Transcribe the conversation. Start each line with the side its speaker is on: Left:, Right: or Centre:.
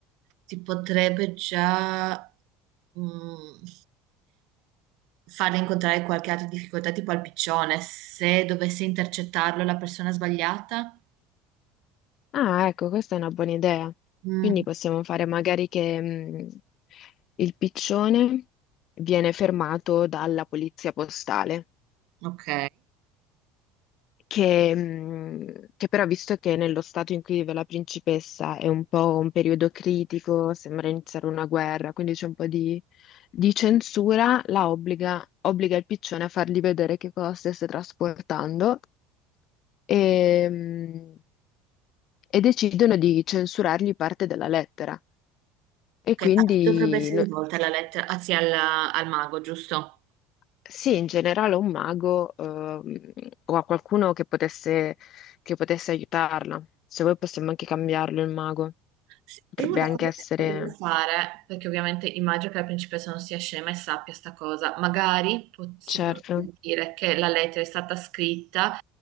Right: ti potrebbe già mm, farle incontrare qualche altra difficoltà, tipo al piccione, se dovesse intercettarlo la persona sbagliata.
Left: Ah, ecco, questa è una buona idea.
Right: Mm,
Left: Quindi possiamo fare magari che mh, il piccione viene fermato dalla polizia postale,
Right: ok.
Left: che, mh, che però visto che nello stato in cui vive la principessa è un po' un periodo critico, sembra iniziare una guerra, quindi c'è un po' di, di censura, la obbliga, obbliga il piccione a fargli vedere che cosa stesse trasportando e, mh, e decidono di censurargli parte della lettera. E
Right: Ok,
Left: quindi
Right: a chi dovrebbe essere
Left: no-
Right: rivolta la lettera? Anzi, alla- al mago, giusto?
Left: sì, in generale un mago ehm, o a qualcuno che potesse, che potesse aiutarla. Se voi possiamo anche cambiarlo il mago,
Right: Sì,
Left: potrebbe
Right: E una cosa
Left: anche essere,
Right: che si potrebbe fare, perché ovviamente immagino che la principessa non sia scema e sappia sta cosa, magari po- si
Left: certo,
Right: potrebbe dire che la lettera è stata scritta